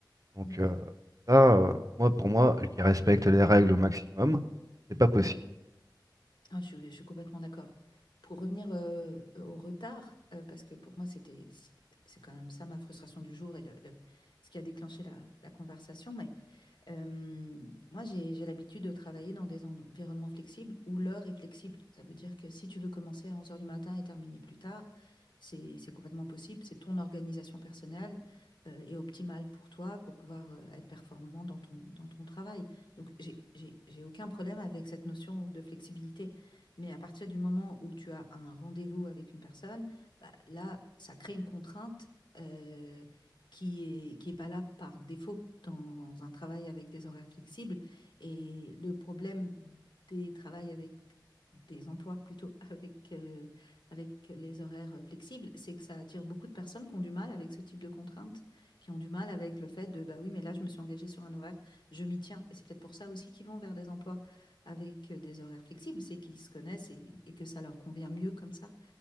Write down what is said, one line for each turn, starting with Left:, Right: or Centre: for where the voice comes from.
Right: Donc
Left: D'accord.
Right: euh, ça, euh, moi, pour moi, qui respecte les règles au maximum, c'est pas possible.
Left: Oui, Ah, je, suis je suis complètement d'accord. Pour revenir euh, au retard, euh, parce que pour moi, c'était, c'est quand même ça ma frustration du jour et le, le- ce qui a déclenché la, la conversation. Mais Euh, moi, j'ai, j'ai l'habitude de travailler dans des en- environnements flexibles où l'heure est flexible. Ça veut dire que si tu veux commencer à onze heures du matin et terminer plus tard, c'est, c'est complètement possible. C'est ton organisation personnelle euh, et optimale pour toi pour pouvoir euh, être performant dans ton, dans ton travail. Donc, j'ai, j'ai, j'ai aucun problème avec cette notion de flexibilité. Mais à partir du moment où tu as un rendez-vous avec une personne, bah, là, ça crée une contrainte euh, qui est, qui est pas là par défaut dans un travail avec des horaires flexibles. Et le problème des travails avec des emplois plutôt <laughs> avec, euh, avec les horaires flexibles, c'est que ça attire beaucoup de personnes qui ont du mal avec ce type de contraintes, qui ont du mal avec le fait de, bah oui, mais là, je me suis engagée sur un horaire, je m'y tiens. Et c'est peut-être pour ça aussi qu'ils vont vers des emplois avec euh, des horaires flexibles, c'est qu'ils se connaissent et, et que ça leur convient mieux comme ça.